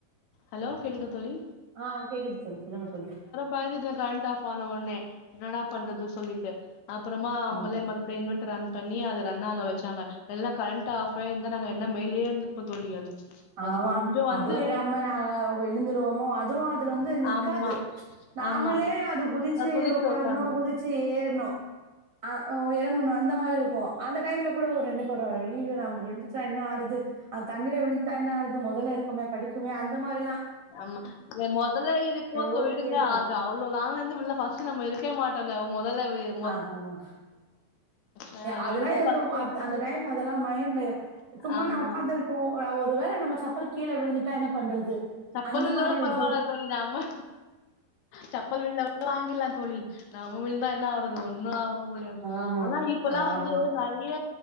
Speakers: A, on the left; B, on the right.
A: ஹலோ கேக்குதா தோழி
B: ஆ கேக்குது தோழி சொல்லுங்க தோழி
A: பயந்துட்டே கரண்ட் ஆப் ஆனா உடனே என்னா டா பண்றது சொல்லிட்டு அப்புறமா அவுங்களே
B: ஆமா
A: மறுபடியு இன்வென்ட்ரா ஆன் பண்ணி அத ரன் ஆக வச்சாங்க இல்லா கரண்ட் ஆஃப் ஆயி இருந்தா நாங்க என்ன மேலேயே இருந்திருப்போ தோழி அது அது
B: ஆமா
A: கொஞ்சம் வந்து
B: அதுவு இல்லாம நாங்க விழுந்துருவோமோ அதுவு அது வந்து நிக்காது
A: ஆமா
B: நாமளே
A: ஆமா
B: அது குதுச்சு
A: குதிச்சு
B: உக்காறனு
A: உக்காரணும்.
B: குதுச்சு ட்டு ஏறணு ஆ இறங்கணு அந்த மாறி இருக்கு அந்த டைம்ல கூட ஒரு ரெண்டு அப்றே வேற வழி இல்ல நம்ம விழுந்துட்டா என்ன ஆறது தண்ணில விழுந் இப்ப என்ன ஆவுது முதல்ல இருக்குமே கெடைக்குமே அந்த மாறில்லா
A: ஆமா முதல்ல இருக்கோ சோ
B: ஓடிட்டே
A: விடுங்க
B: இருக்கு
A: அது அவ்வளோ லான்ல இருந்து உள்ள ஃப ஃபர்ஸ்ட் டு நம்ப இருக்காவே மாட்டோங்க முதல்ல விழு
B: ஆ ஆமா
A: அ அது
B: அத
A: விழுந்தா
B: எல்லா
A: ஃபர்ஸ்ட் என்ன
B: அந்த
A: வி-
B: டைம்ல அத எல்லா மைண்ட்ல சும்மா
A: ஆமா
B: நா உட்காந்து இருக்கு ஆ ஒரு வேல நம்ம சப்பல் கீழ விழுந்துட்டா என்ன பண்றது
A: சப்பல்
B: அந்த
A: வீழுந்த
B: மாரி
A: கூட பரவாயில்ல
B: ஒரு
A: தோழி நம்ப சப்பல் விலுந்தா கூட வாங்கிலா தோழி நம்ம வீழுந்துதா என்ன ஆறது ஒன்னு ஆக முடியாது
B: ஆமா
A: ஆனா இப்ப எல்லா
B: ஆமா
A: வந்து நெறை நெறைய